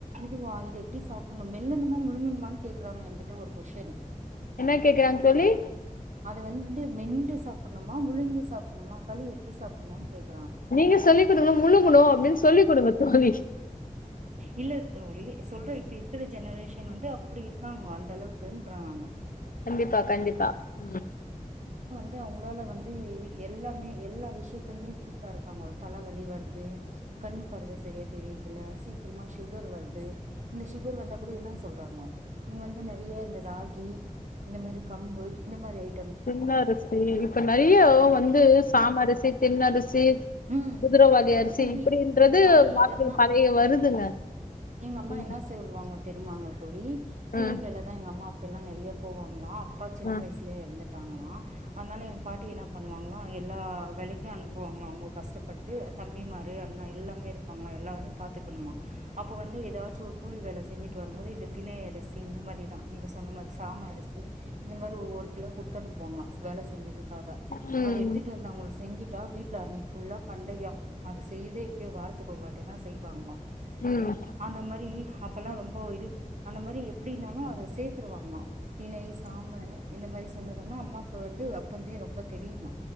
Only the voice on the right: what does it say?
இதுவா இது எப்பிடி சாப்பிட்ணு மெல்லன்னுமா முழுங்கனுமா னு கேக்குறாங்க எங்கிட்ட ஒரு கொஸ்டினு
அத வந்து மெண்டு சாப்பிட்ணுமா முழுங்கி சாப்பிட்ணுமா களி எப்படி சாப்பிட்ணுன் கேக்
இல்ல தோழி சொல்ற இப்ப இருக்கற ஜெனரேஷன் வந்து அப்பிடி இருக்காங்க அந்த அளவுக்குன்றே நானு
து அவங்களால வந்து எல்லாமே எல்லா விஷயத்திலுமே வீக் கா இருக்காங்க தலவலி வர்து கண் பார்வ செரியா தெரியிறதில்ல சீக்கிரமா சுகர் வர்து இந்த சுகர் வந்தா கூட என்ன சொல்றாங்கோ நீங்க வந்து நெறைய இந்த ராகி இந்த மாரி கம்பு இந்த மாரி ஐட்
ம்
திருப்பி
பழைய
இதெல்லா
எங்க அம்மா
என்ன செய்வாங்கக் தெரியுமாங்க தோழி கூலி
வேல தான் எங்க அம்மா அப் இப்ப எல்லாம் நெறைய போவாங்களா அப்பா சின்ன
வயசுலேயே எறந்துட் ட்டாங்களாம் அதனால எங் பாட்டி என்ன பண்ணுவாங்களா எல்லா வேலைக்கும் அனுப்புவாங்களா அவங்க கஷ்டப்பட்டு தம்பி மாரு அண்ணா எல்லாமே இருப்பாங்களா எல்லாரயும் பாத்துக்கணுமா அப்போ வந்து ஏதாச்சும் ஒரு கூலி வேல செஞ்சுட்டு வரும்போது இந்த தினை அரிசி இந்த மாரிதான் நீங்க சொன்ன மாரி சாம அரிசி இந்த மாரி ஒவ்வொரு கிலோ குடுத்தனுப்புவாங்களா வேல செஞ்சுட்டு க்காக
அத எடுத்துட்டு வந்து அவங்களுக் செஞ்கி தா வீட்ல அன்னைக்கு ஃபுல்லா பண்டயம் அது செய்தே எப்பயோ வாரத்துக்கு ஒரு வாடி தா செய்வாங்ளாம்
ஆந்த மாரி அப்பல்லா ரொம்போ இது அந்த மாரி எப்டி இருந்தாலு அது சேர்த்துருவாங்கலா தினை சாமு இந்த மாரி சொன்னதெல்லா அம்மாக்கு வந்து அப்பந்தே ரொம்ப தெரியுமா